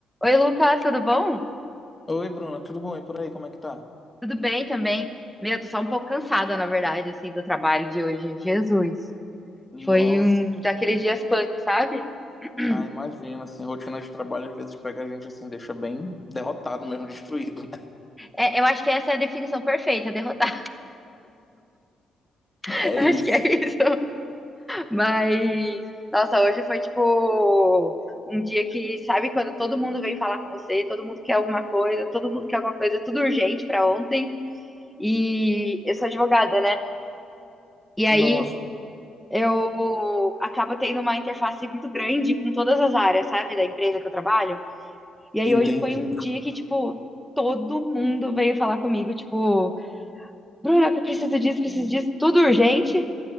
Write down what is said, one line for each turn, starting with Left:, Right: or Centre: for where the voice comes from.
Centre: Oi, Lucas, tudo bom?
Left: Oi, Bruna, tudo bom? E por aí, como é que tá?
Centre: Tudo bem também. Meu, tô só um pouco cansada, na verdade, assim, do trabalho de hoje. Jesus.
Left: Nossa,
Centre: Foi um daqueles dias punk, sabe? <clears throat>
Left: ah, imagina, assim, rotina de trabalho às vezes pega a gente assim, deixa bem derrotado mesmo, destruído, né?
Centre: É, eu acho que essa é a definição perfeita, derrotar. <laughs>
Left: É
Centre: Acho
Left: isso.
Centre: que é isso. Mas, nossa, hoje foi tipo um dia que, sabe, quando todo mundo vem falar com você, todo mundo quer alguma coisa, todo mundo quer alguma coisa, tudo urgente pra ontem. E eu sou advogada, né? E aí
Left: Nossa,
Centre: eu acabo tendo uma interface muito grande com todas as áreas, sabe, da empresa que eu trabalho. E aí
Left: entendi.
Centre: hoje foi um dia que, tipo, todo mundo veio falar comigo, tipo, Bruna, eu preciso disso, preciso disso, tudo urgente,